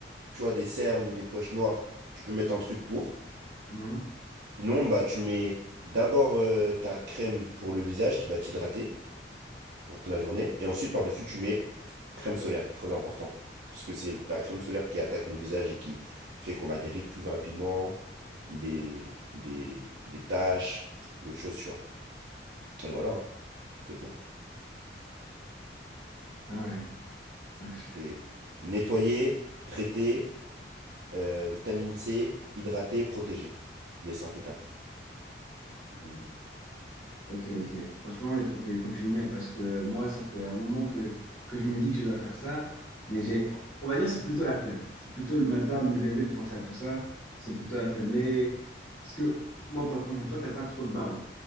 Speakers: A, on the right; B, on the left.
A: tu vois, des cernes ou des poches noires, tu peux mettre un truc pour.
B: Mhm.
A: Sinon, bah, tu mets d'abord euh, ta crème pour le visage qui va t'hydrater. pour toute la journée. Et ensuite, par-dessus, tu mets crème solaire, très important. Parce que c'est la crème solaire qui attaque nos visages et qui fait qu'on a des rides plus rapidement ou des, des, des taches ou autre chose, tu vois. Et voilà, hein, c'est bon.
B: Ah ouais. Ouais, je-
A: C'est nettoyer, traiter, euh, vitamine C, hydrater, protéger. Les cinq étapes.
B: ouais. Ok, ok. Franchement, il faut que, il faut que je m'y mette parce que moi, ça fait un moment que, que je me dis que je dois faire ça, mais j'ai, on va dire, c'est plutôt la flemme. C'est plutôt le matin de me lever, de penser à tout ça. C'est plutôt la flemme. Mais parce que moi, par contre, toi, t'as pas trop de barreaux.